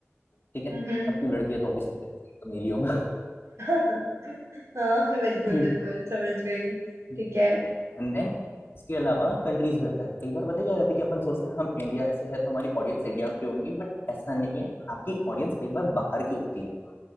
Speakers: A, on the left; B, on the right.
A: ठीक है
B: हम्म हम्म
A: अब तू लड़की है तो ऑब्वियसली तो मेल ही होगा
B: <laughs> हाँ बिल्कुल
A: <laughs>
B: बिल्कुल समझ गई
A: ठीक
B: ठीक है
A: है एंड देन इसके अलावा कंट्रीज भी रहता है कई बार पता है क्या रहता है कि अपन सोचते हैं हम इंडिया से है तो हमारी ऑडियंस इंडिया की होंगी बट ऐसा नहीं है आपकी ऑडियंस कई बार बाहर की होती है